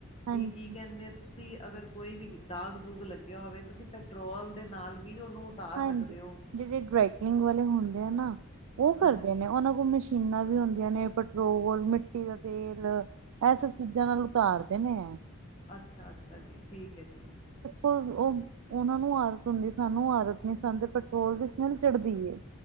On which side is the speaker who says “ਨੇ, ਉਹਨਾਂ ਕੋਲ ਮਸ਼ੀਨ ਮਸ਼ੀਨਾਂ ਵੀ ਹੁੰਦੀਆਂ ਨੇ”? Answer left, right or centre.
Right